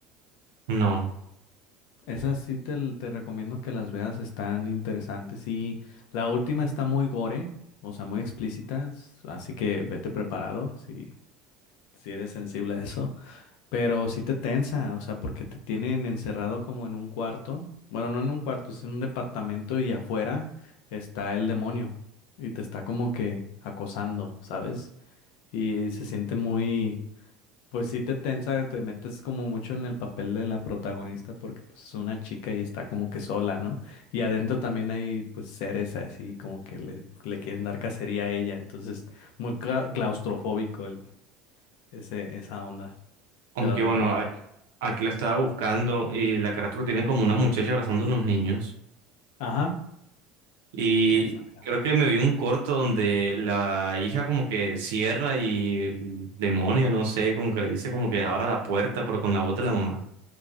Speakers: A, on the right; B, on the left.
A: No.
B: Esas sí te, l- te recomiendo que las veas, están interesantes. Y la última está muy gore, o sea, muy explícita, s- así que vete preparado si, si eres sensible a eso. Pero sí te tensa, o sea, porque te tienen encerrado como en un cuarto. Bueno, no en un cuarto, es en un departamento y afuera está el demonio y te está como que acosando, ¿sabes? Y se siente muy... Pues sí te tensa, te metes como mucho en el papel de la protagonista porque pues es una chica y está como que sola, ¿no? Y adentro también hay pues seres así como que le, le quieren dar cacería a ella, entonces muy cla- claustrofóbico el, ese, esa onda,
A: Aunque
B: te la recomiendo.
A: bueno, a- aquí la estaba buscando y la carátula tiene como una muchacha abrazando a unos niños.
B: Ajá.
A: Y
B: Esa, mira.
A: creo que me vi un corto donde la hija como que cierra y el demonio, no sé, como que le dice como que abra la puerta, pero con la voz de la mamá.